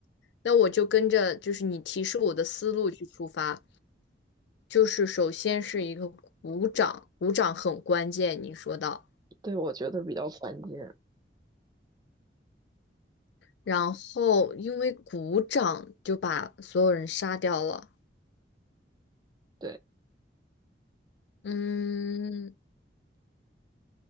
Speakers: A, on the left; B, on the right.
A: 那我就跟着就是你提示我的思路去出发，就是首先是一个鼓掌，鼓掌很关键，你说到，
B: 对，我觉得比较关键。
A: 然后因为鼓掌就把所有人杀掉了。
B: 对，
A: 嗯，